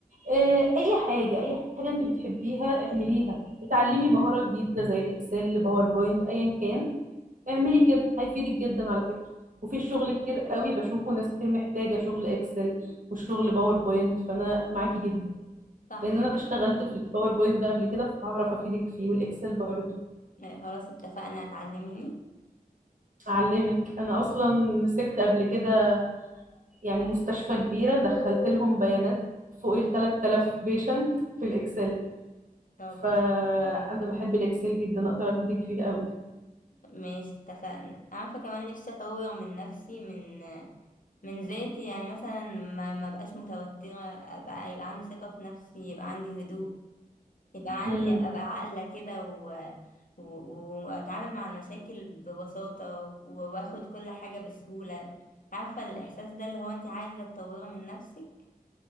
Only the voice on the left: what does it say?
صح
خلاص اتفقنا هتعلميني
طب
قوي كده
ماشي اتفقنا عارفه كمان نفسي اطور من نفسي من من ذاتي يعني مثلا ما ما بقاش متوتره ابقى يبقى عندي ثقه في نفسي يبقى عندي هدوء يبقى عن...
ابقى عاقله كده و... و... واتعامل مع المشاكل ببساطه و... واخد كل حاجه بسهوله عارفه الاحساس ده اللي هو انت عايزه تطوري من نفسك